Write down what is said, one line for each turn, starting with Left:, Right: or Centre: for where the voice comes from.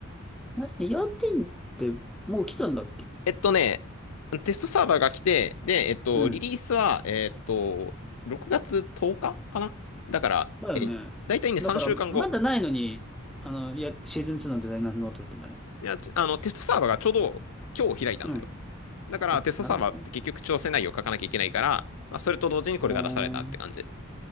Centre: マジで要点ってもう来たんだっけ
Left: えっとね、テストサーバーが来て、で、えっと、
Centre: うん。
Left: リリースは、えっと、6月10日かかなだから、
Centre: だよね。
Left: え、だいたいね、
Centre: だから、
Left: 3週間後。
Centre: まだないのに、あの、いや、シーズン2のデザイナーズノートってんだね。
Left: いや、ちあの、テストサーバーがちょうど今日開いたんだよ。
Centre: うん。
Left: だから、
Centre: あ、
Left: テストサーバーって結局調整内容を書かなきゃいけないから、
Centre: なるほどね。
Left: まあ、それと同時にこれが出されたって感じ。
Centre: うーん。